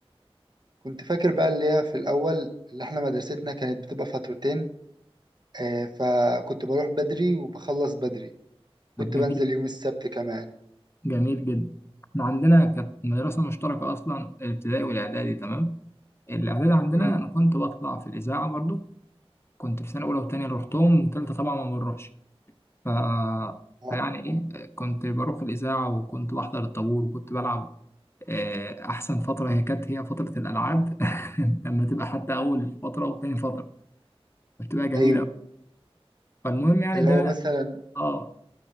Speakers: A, on the right; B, on the left.
A: كنت فاكر بقى اللي هي في الأول اللي إحنا مدرستنا كانت بتبقى فترتين آه، فكنت بروح بدري وبخلص بدري كنت
B: ده جميل
A: بنزل يوم السبت كمان
B: جميل جدا احنا عندنا كانت مدرسه مشتركه اصلا الابتدائي والاعدادي تمام الاعدادي عندنا
A: امم
B: انا كنت بطلع في الاذاعه برضو كنت في سنه اولى وثانيه اللي رحتهم وثالثه طبعا ما بنروحش ف
A: اه
B: يعني ايه كنت بروح الاذاعه وكنت بحضر الطابور وكنت بلعب آه، احسن فتره هي كانت هي فتره الالعاب <laughs> لما تبقى حتى اول فتره وتاني فتره بتبقى جميله
A: أيوه
B: أوي. فالمهم يعني
A: اللي
B: ده
A: هو مثلا
B: اه